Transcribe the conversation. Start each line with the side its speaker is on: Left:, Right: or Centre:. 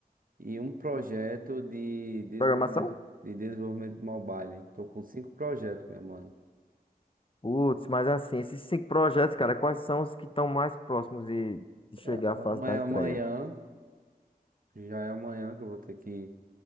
Right: e um projeto de desenvolvimento,
Left: Programação?
Right: de desenvolvimento mobile. Tô com cinco projetos, meu mano.
Left: Putz, mas assim, esses cinco projetos, cara, quais são os que estão mais próximos de, de chegar
Right: É, um
Left: à fase da
Right: é amanhã,
Left: entrega?
Right: já é amanhã que eu vou ter que